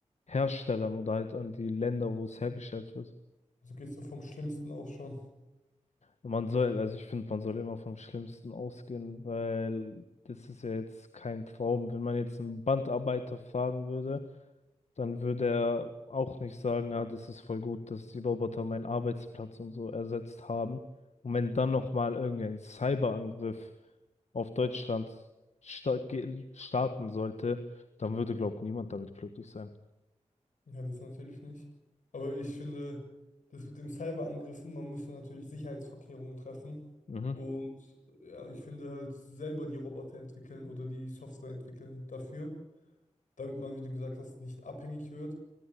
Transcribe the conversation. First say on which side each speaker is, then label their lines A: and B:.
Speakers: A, on the left; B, on the left.
A: Herstellern oder halt an die Länder, wo es hergestellt wird.
B: Also gehst du vom Schlimmsten aus schon?
A: Man soll, also ich finde, man soll immer vom Schlimmsten ausgehen, weil das ist ja jetzt kein Traum. Wenn man jetzt einen Bandarbeiter fragen würde, dann würde er auch nicht sagen, ja, das ist voll gut, dass die Roboter meinen Arbeitsplatz und so ersetzt haben. Und wenn dann nochmal irgendein Cyberangriff auf Deutschland sta ge- starten sollte, dann würde, glaube ich, niemand damit glücklich sein.
B: Ja, das natürlich nicht. Aber ich finde, das mit dem Cyberangriffen, man müsste natürlich Sicherheitsvorkehrungen treffen.
A: Mhm.
B: Und äh, ja, ich finde halt selber die Roboter entwickeln oder die Software entwickeln dafür, damit man, wie du gesagt hast, nicht abhängig wird.